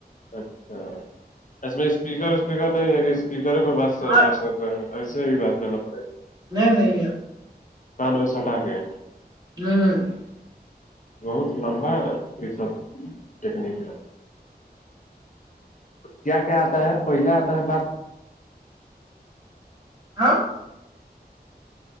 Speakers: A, on the left; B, on the right.
A: اچھا اس میں اسپیکر اسپیکر نہیں ہے کہ اسپیکر پہ بات
B: ہاں
A: کر سکتے ہیں ایسے ہی بات کرنا پڑے گا
B: نہیں نہیں
A: کان میں سٹا کے
B: <unintelligible>
A: بہت لمبا یہ سب ٹیکنیک ہے کیا کیا آتا ہے پہل آتا ہے بات
B: <unintelligible>